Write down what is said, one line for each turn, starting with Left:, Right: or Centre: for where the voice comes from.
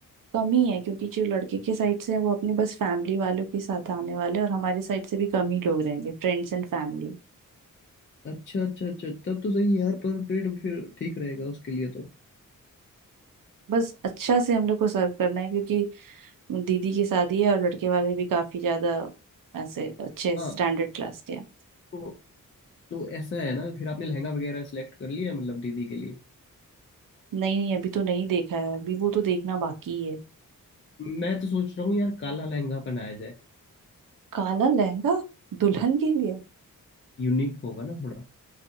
Right: कम ही है क्योंकि जो लड़के के साइड से हैं वो अपने बस फैमिली वालों के साथ आने वाले हैं और हमारे साइड से भी कम ही लोग रहेंगे फ्रेंड्स एंड फैमिली
Left: अच्छा अच्छा अच्छा अच्छा, तब तो सही है यार पर प्लेट फिर ठीक रहेगा उसके लिए तो
Right: बस अच्छा से हम लोग को सर्व करना है क्योंकि दीदी की शादी है और लड़के वाले भी काफी ज्यादा ऐसे अच्छे
Left: हाँ
Right: स्टैंडर्ड क्लास के हैं
Left: तो तो ऐसा है ना फिर आपने लहंगा वगैरह सेलेक्ट कर लिया मतलब दीदी के लिए
Right: नहीं नहीं अभी तो नहीं देखा है अभी वो तो देखना बाकी है
Left: मैं तो सोच रहा हूँ यार काला लहंगा पहनाया जाए
Right: काला लहंगा दुल्हन के लिए
Left: यूनिक होगा ना थोड़ा